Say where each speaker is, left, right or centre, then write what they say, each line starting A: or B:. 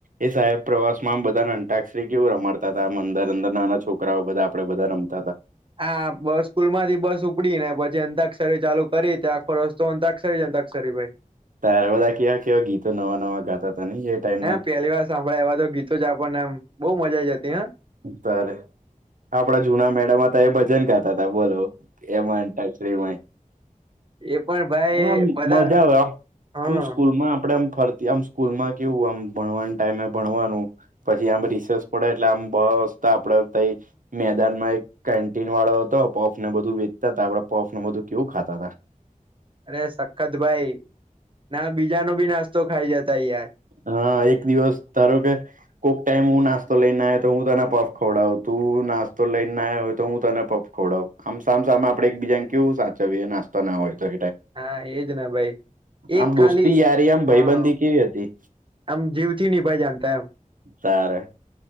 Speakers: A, on the right (about 70°); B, on the right (about 35°).
A: એ સાહેબ પ્રવાસ માં આમ બધાને અંટાક્ષરી કેવું રમાડતા હતા, આમ અંદર અંદર નાના છોકરાઓ બધા. આપડે બધા રમતા હતા
B: હા બસ સ્કૂલ માંથી બસ ઉપડી ને પછી અંધાક્ષરી ચાલુ કરી, તે આખો રસ્ તો અતાક્ષરી જ અતાક્ષરી ભાઈ
A: તારે બધા કેવા કેવા ગીતો નવા નવા ગાતા તા નહી એ ટાઈમ
B: હે
A: ના
B: પહેલી વાર સાંભળે એવા તો ગીતોજ આપણ ને એમ, બહુ મજા જતી હ
A: તારે આપડા જુના મેડમ હતા એ ભજન ગાતા હતા બોલો એમાં અંતાક્ષરીમાં
B: એ પણ ભાઈ
A: એમા આમ
B: બધા
A: મજા આવે આમ,
B: હા
A: આમ સ્કૂલ માં આપડે આમ ફરતી આમ સ્કૂલમાં કેવું આમ ભણવાના ટાઈમે ભણવાનું, પછી આમ રિસર્ચ પડે એટલે આમ બસ્ તો આપડે તઈ મેદાન માં એક કેન્ટીન વાળો હતો, પફ ને બધું વેચતા હતા આપડ પફ ને બધું કેવું ખાતા હતા.
B: અરે સખત ભાઈ, ના બીજા ન ભી નાસ્તો ખાઈ જતા યાર
A: હા એક દિવસ તારો કે કોઈક ટાઈમ હું નાસ્તો લઈને નઈ આયો તો હું તને પફ ખવડાવું, તું નાસ્તો લઈને નહિ આવ્યો હોય તો હું તને પફ ખોવડાવુ આમ સામ સામે આપે એકબીજાને કેવું સાચવીએ નાસ્તો ના હોય તો
B: હા એજ ને ભાઈ એક
A: આમ દોસ્તી
B: ખાલી
A: યારી આમ ભાઈબંધી
B: હા
A: કેવી હતી.
B: આમ જીવથી નિનીભાઈ જાણતા એમ.
A: તારે